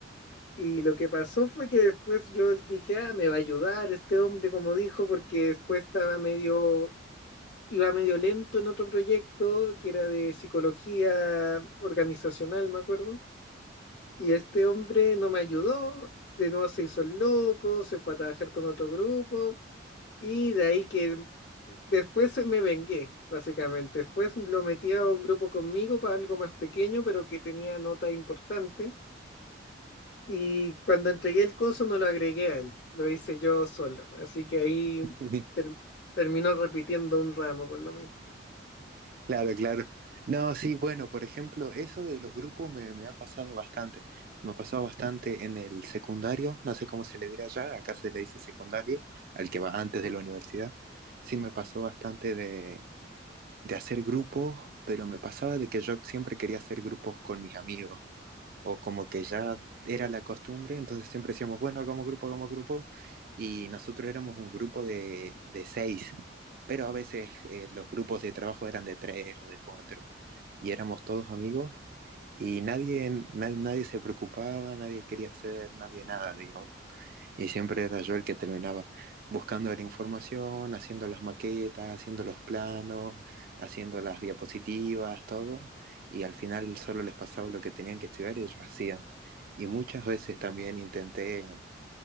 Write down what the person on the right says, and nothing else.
<laughs>
Claro, claro. No, sí, bueno, por ejemplo, eso de los grupos me, me ha pasado bastante. Me ha pasado bastante en el secundario, no sé cómo se le dirá allá, acá se le dice secundario, al que va antes de la universidad. Sí, me pasó bastante de, de hacer grupos, pero me pasaba de que yo siempre quería hacer grupos con mis amigos, o como que ya era la costumbre, entonces siempre decíamos, bueno, hagamos grupo, hagamos grupo, y nosotros éramos un grupo de, de seis, pero a veces eh, los grupos de trabajo eran de tres o de cuatro, y éramos todos amigos, y nadie, na- nadie se preocupaba, nadie quería hacer, nadie nada, digamos. Y siempre era yo el que terminaba buscando la información, haciendo las maquetas, haciendo los planos, haciendo las diapositivas, todo. Y al final solo les pasaba lo que tenían que estudiar y ellos hacían. Y muchas veces también intenté,